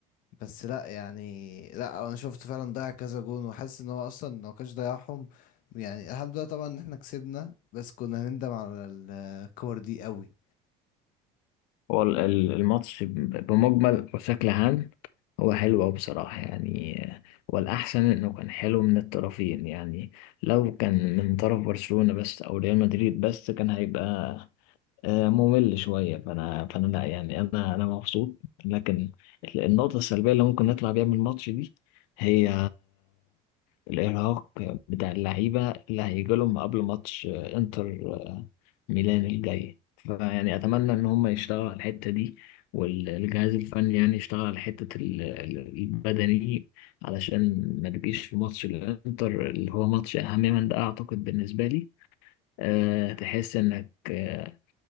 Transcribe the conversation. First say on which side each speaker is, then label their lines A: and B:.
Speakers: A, on the left; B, on the left.
A: بس لا يعني لا انا شفت فعلا ضيع كذا جون وحاسس ان هو اصلا لو كانش ضيعهم يعني الحمد لله طبعا ان احنا كسبنا بس كنا هنندم على الكور دي قوي
B: هو ال- ال- الماتش ب- بمجمل وشكل عام هو حلو أوي بصراحة يعني آه، والأحسن إنه كان حلو من الطرفين يعني لو كان من طرف برشلونة بس أو ريال مدريد بس كان هيبقى آه، ممل شوية فأنا فأنا لا يعني أنا أنا مبسوط لكن النقطة السلبية اللي ممكن نطلع بيها من الماتش دي هي الإرهاق بتاع اللعيبة اللي هيجي لهم قبل ماتش آه، إنتر آه، ميلان الجاي فيعني أتمنى إن هم يشتغلوا على الحتة دي والجهاز الفني يعني يشتغل على حتة ال- ال- البدني علشان ما تجيش في ماتش الإنتر اللي هو ماتش أهم من ده أعتقد بالنسبة لي آه، تحس إنك آه،